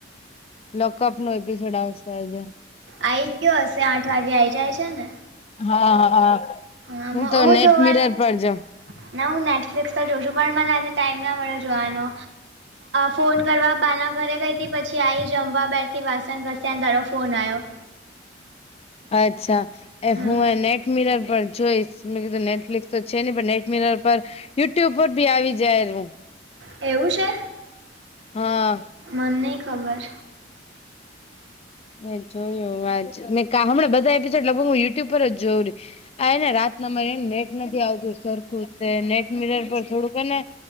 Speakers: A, on the left; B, on the right.
A: લોકઅપ નો એપિસોડ આવશે આજે
B: આ આવી ગયો હશે આઠ વાગે આઈ જાય છે ને
A: હા હા હા
B: હા
A: હું
B: મ-
A: તો નેટ
B: જોવાનું
A: મિરર પર જાઉ
B: ના હું નેટફ્લિક્સ પર જોઉ છું પણ મને આજે ટાઈમ ના મળે જોવાનો ફોન કરવા બાના ઘરે ગઈ હતી પછી આઈ જમવા બેઠી વાસણ ઘસ્યાને તારો ફોન આવ્યો.
A: અચ્છા એ
B: હા
A: હું એ નેટ મિરર પર જોઈશ મેં કીધું નેટફ્લિક્સ તો છે ની પણ નેટમીરર પર યુટ્યુબ પર બી આવી જાયરુ.
B: એવું છે?
A: હા
B: મન નહીં ખબર.
A: મેં જોયું વાજ ને કા હમણાં બધા એપિસોડ લગભગ હું યુટ્યુબ પર જ જોઉંરી. આ એને રાતના મને હેને નેટ નથી આવતું સરખું તે નેટ મિરર પર થોડુંક હે ને.